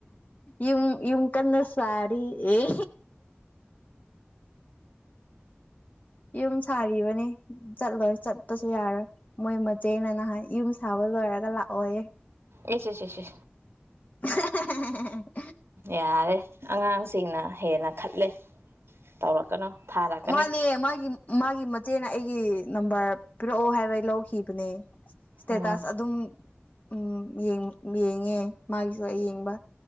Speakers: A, on the left; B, on the right.
A: ꯌꯨꯝ ꯌꯨꯝ ꯀꯟꯅ ꯁꯔꯤ ꯑꯦ ꯌꯨꯝ ꯁꯥꯔꯤꯕꯅꯤ ꯆꯠꯂꯣꯏ ꯆꯠꯄꯁꯨ ꯌꯥꯔꯣꯏ ꯃꯣꯏ ꯃꯆꯦꯅ ꯅ ꯍꯥꯏ ꯌꯨꯝ ꯁꯥꯕ ꯂꯣꯏꯔꯒ ꯂꯥꯛꯑꯣꯌꯦ
B: ꯑꯦꯁꯦꯁꯁ
A: ꯑꯍꯦ <unintelligible>
B: ꯌꯥꯔꯦ ꯑꯉꯥꯡꯁꯤꯡꯅ ꯍꯦꯟꯅ ꯈꯠꯂꯦ ꯇꯧꯔꯛꯀꯅꯨ ꯊꯥꯔꯛꯀꯅꯤ
A: ꯃꯥꯅꯦ ꯃꯥꯒꯤ ꯃꯥꯒꯤ ꯃꯆꯦꯅ ꯑꯩꯒꯤ ꯅꯝꯕꯔ ꯄꯤꯔꯛꯑꯣ ꯍꯥꯏꯕ ꯂꯧꯈꯤꯕꯅꯦ ꯏꯁꯇꯦꯇꯥꯁ
B: ꯎꯝ
A: ꯑꯗꯨꯝ ꯎꯝ ꯌꯦꯡꯉꯦ ꯃꯥꯒꯤꯁꯨ ꯑꯩ ꯌꯦꯡꯕ